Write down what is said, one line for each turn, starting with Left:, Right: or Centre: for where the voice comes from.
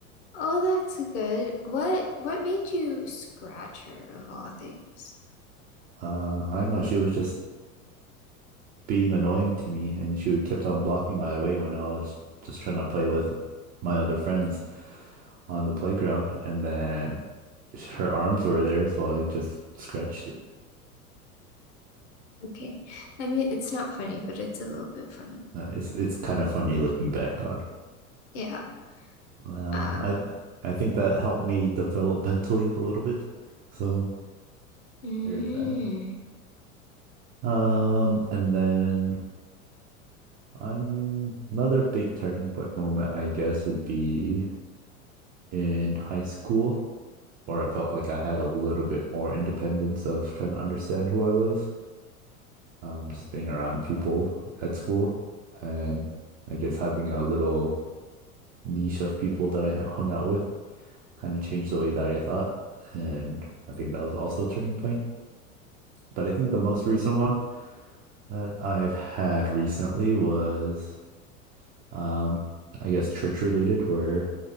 Left: Oh, that's good. What what made you scratch her of all things?
Right: Uh, I don't know. She was just being annoying to me, and she kept on blocking my way when I was just trying to play with my other friends on the playground. And then her arms were there, so I just scratched it.
Left: Okay. I mean, it's not funny, but it's a little bit funny.
Right: Uh, it's it's kind of funny looking back on.
Left: Yeah.
Right: Um,
Left: Uh,
Right: I I think that helped me developmentally a little bit. So
Left: mm,
Right: there's that. Um, and then I'm another big turning point moment, I guess, would be in high school. or it felt like I had a little bit more independence of trying to understand who I was, um, just being around people at school, and I guess having a little niche of people that I hung out with kind of changed the way that I thought, and I think that was also a turning point. But I think the most recent one that I've had recently was, um, I guess, church related, where